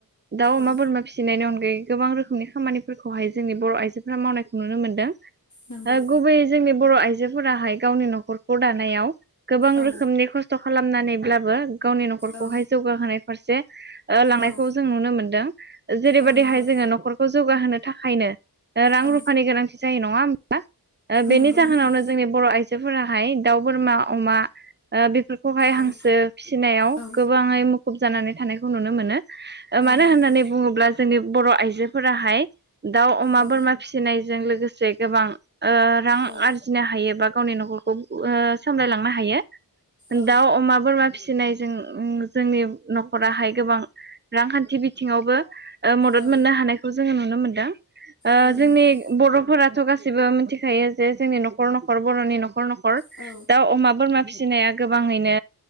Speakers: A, on the right; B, on the left.
A: दाउ अमा
B: औ
A: बोरमा फि थिनायनि अनगायै गोबां रोखोमनि खामानिफोरखौहाय जोंनि बर' आइजोफोरा मावनायखौ नुनो मोनो। गुबैयै
B: नंगौ
A: जोंनि बर' आइजोफोराहाय गावनि न'खरखौ दानायाव गोबां
B: औ
A: रोखोमनि खस्थ' खालामनानैब्लाबो गावनि न'खरखौहाय
B: औ
A: जौगाहोनाय फारसे लांनायखौ
B: औ
A: जों नुनो मोनदों जेरैबायदिहाय
B: औ नंगौ
A: जोङो न'खरखौ खौ जौगाहोनो थाखायनो रां
B: औ
A: रुफानि गोनांथि जायो नङा होमा बेनि
B: नंगौ
A: जाहोनावनो
B: नोंथां
A: जोंनि बर' आइजो बिायसफोराहाय दाउ बोरमा अमा बेफोरखौहाय हांसो
B: औ
A: फिसिनायाव
B: औ
A: गोबां मुखुब जानानै थानायखौ नुनो मोनो मानो
B: नंगौ
A: होननानै बुङोब्ला जोंनि बर' आइजोफोराहाय दाउ अमा
B: औ
A: बोरमा फिसिनायजों लोगोसे गोबां रां
B: औ
A: आरि फिनो हायो बा गावनि न'खरखौ सामलायलांनो हायो
B: औ
A: दाउ अमा बोरमा फिसिनायजों जोंनि न'खराहाय गोबां रांखान्थि बिथिङावबो मदद
B: औ
A: मोननो हानायखौ जोङो नुनो मोनदों
B: औ
A: जोंनि
B: नंगौ
A: बर' फोरथ' गाैबो मिथिखायो जे जोंनि न'खर न'खर बर'नि न'खर न'खर
B: औ
A: अमा बोरमा फिसिनाया गोबाङैनो